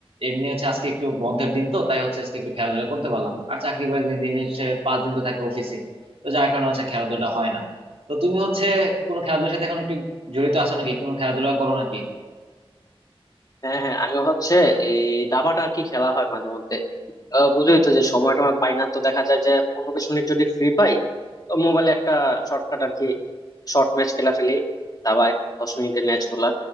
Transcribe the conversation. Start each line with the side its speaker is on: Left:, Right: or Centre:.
Right: এমনি হচ্ছে আজকে একটু বন্ধের দিন তো তাই হচ্ছে আজকে একটু খেলাধুলা করতে পারলাম আর চাকরি বাকরি দিনে হচ্ছে পাঁচ দিন তো থাকে অফিসে তো যার কারণে হচ্ছে খেলাধুলা হয় না তো তুমি হচ্ছে কোনো খেলাধুলার সাথে এখন একটু জড়িত আছো নাকি কোনো খেলাধুলা করো নাকি
Left: হ্যাঁ হ্যাঁ আমিও হচ্ছে এই দাবাটা আর কি খেলা হয় মাঝে মধ্যে আহ, বুঝোই তো যে সময় টময় পাই না তো দেখা যায় যে পনেরো বিশ মিনিট যদি ফ্রি পাই তো মোবাইলে একটা শর্টকাট আর কি শর্ট ম্যাচ খেলা ফেলি দাবায় দশ মিনিটের ম্যাচ গুলা